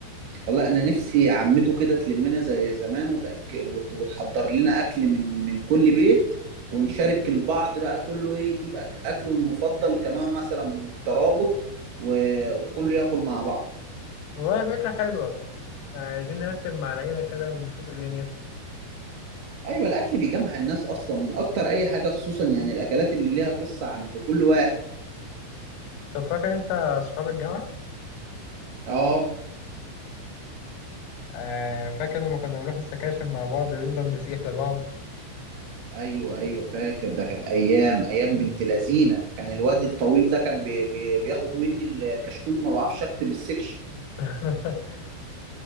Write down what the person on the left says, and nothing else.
والله فكرة حلوة يعني عايزين نرتب مع العيلة كده ونشوف ايه دنيته
طب فاكر انت اصحاب الجامعة؟
آه، فاكر لما كنا بنروح السكاشن مع بعض نفضل نسيح لبعض
<laughs>